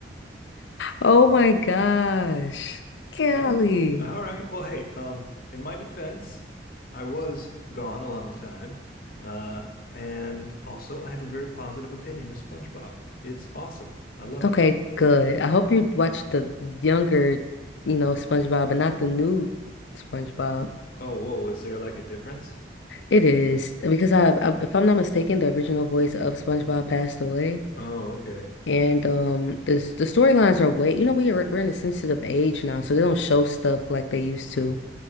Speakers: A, on the left; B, on the left.
A: Oh my gosh. Golly.
B: All right. All right. Well, hey, um, in my defense, I was gone a long time. Uh, and also I have a very positive opinion of SpongeBob. It's awesome. I love
A: Okay,
B: it.
A: good. I hope you watched the younger, you know, SpongeBob, but not the new SpongeBob.
B: Oh, whoa, is there like a difference?
A: It is because I, I, if I'm not mistaken, the original voice of SpongeBob passed away,
B: Mm. Oh, okay.
A: and um, the s- the storylines are way, you know, we are we're in a sensitive age now, so they don't show stuff like they used to.